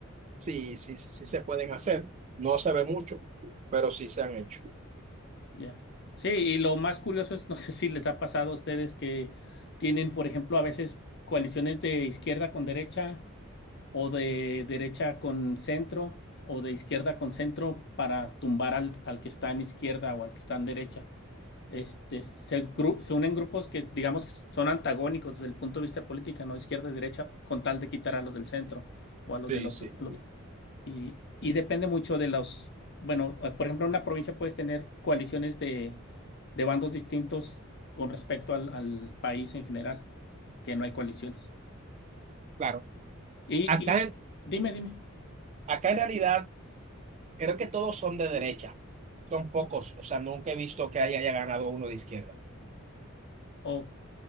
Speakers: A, on the right (about 35°); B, on the left (about 55°).
A: Sí, sí, sí, sí se pueden hacer. No se ve mucho, pero sí se han hecho.
B: Ya. Sí, y lo más curioso es, <laughs> no sé si les ha pasado a ustedes que tienen, por ejemplo, a veces coaliciones de izquierda con derecha o de derecha con centro o de izquierda con centro para tumbar al, al que está en izquierda o al que está en derecha. Este, se, gru- se unen grupos que, digamos, que son antagónicos desde el punto de vista de política, ¿no? Izquierda y derecha, con tal de quitar a los del centro o a los
A: Sí,
B: del otro,
A: sí.
B: al otro. Y, y depende mucho de los, bueno, eh, por ejemplo, en una provincia puedes tener coaliciones de, de bandos distintos con respecto al, al país en general, que no hay coaliciones.
A: Claro.
B: Y,
A: Acá
B: y
A: en,
B: dime, dime.
A: acá en realidad creo que todos son de derecha. Son pocos. O sea, nunca he visto que haya, haya ganado uno de izquierda.
B: Ok.